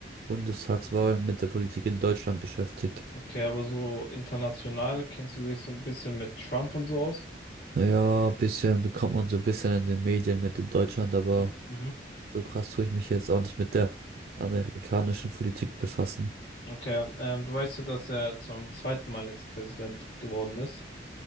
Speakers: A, on the right; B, on the left.
A: Bundestagswahl mit der Politik in Deutschland beschäftigt.
B: Okay, aber so international kennst du dich so ein bisschen mit Trump und so aus?
A: Ja, ein bisschen bekommt man so ein bisschen in den Medien mit in Deutschland, aber
B: Mhm. mhm.
A: so krass tue ich mich jetzt auch nicht mit der amerikanischen Politik befassen.
B: Okay, ähm, du weißt ja, dass er zum zweiten Mal jetzt Präsident geworden ist.